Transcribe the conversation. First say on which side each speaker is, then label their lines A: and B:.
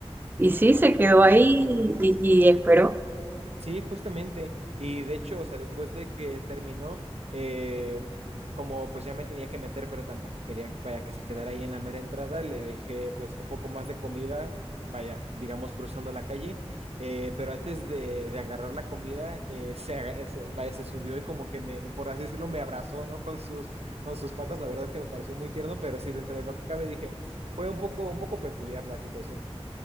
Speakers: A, on the right; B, on the right.
A: y sí, se quedó ahí y, y esperó.
B: Sí, justamente. Y de hecho, o sea, después de que terminó, eh, como pues ya me tenía que meter, pero tampoco quería, vaya, que se quedara ahí en la mera entrada, le dejé pues un poco más de comida, vaya, digamos, cruzando la calle. Eh, pero antes de, de agarrar la comida, eh, se, aga- eh, se- vaya, se subió y como que me, por así decirlo, me abrazó, ¿no? Con sus, con sus patas. La verdad es que me pareció muy tierno, pero sí, dentro de lo que cabe, dije, fue un poco, un poco peculiar la situación.